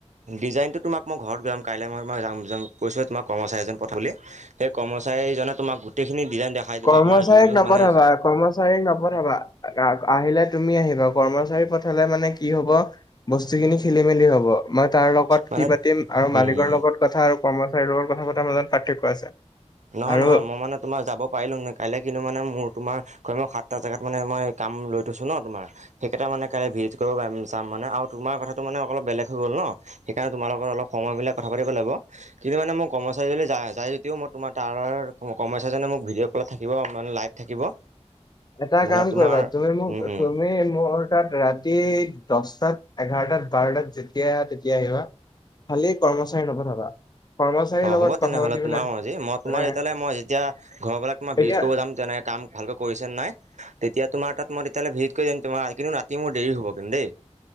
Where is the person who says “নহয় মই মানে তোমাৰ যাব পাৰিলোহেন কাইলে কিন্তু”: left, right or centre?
Right